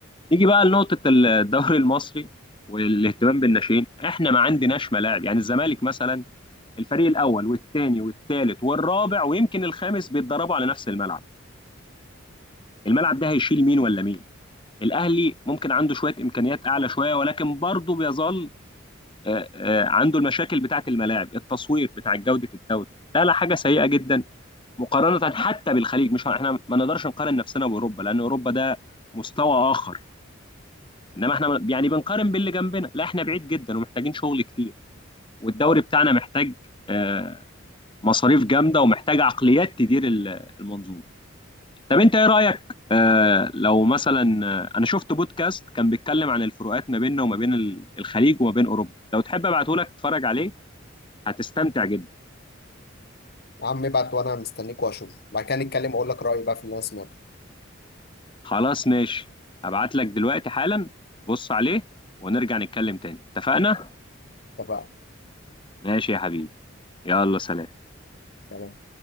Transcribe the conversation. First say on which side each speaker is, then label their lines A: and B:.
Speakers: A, on the left (about 25°); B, on the left (about 50°).
A: نيجي بقى لنقطة الدوري المصري والاهتمام بالناشئين احنا ما عندناش ملاعب يعني الزمالك مثلا الفريق الأول والثاني والثالث والرابع ويمكن الخامس بيتدربوا على نفس الملعب الملعب ده هيشيل مين ولا مين الأهلي ممكن عنده شوية إمكانيات أعلى شوية ولكن برضه بيظل آه، آه، عنده المشاكل بتاعة الملاعب التصوير بتاع جودة الدوري لا لا حاجة سيئة جدا مقارنة حتى بالخليج مش احنا ما نقدرش نقارن نفسنا بأوروبا لأن أوروبا ده مستوى آخر انما احنا يعني بنقارن باللي جنبنا لا احنا بعيد جدا ومحتاجين شغل كتير والدوري بتاعنا محتاج آه، مصاريف جامده ومحتاج عقليات تدير ال- المنظومه طب انت ايه رايك آه، لو مثلا آه، انا شفت بودكاست كان بيتكلم عن الفروقات ما بيننا وما بين ال- الخليج وما بين اوروبا لو تحب ابعته لك تتفرج عليه هتستمتع جدا
B: يا عم ابعت وانا مستنيك واشوف بعد كده نتكلم واقول لك رايي بقى في اللي انا سمعته
A: خلاص ماشي هبعت لك دلوقتي حالا بص عليه ونرجع نتكلم تاني اتفقنا
B: اتفقنا
A: ماشي يا حبيبي يلا سلام
B: سلام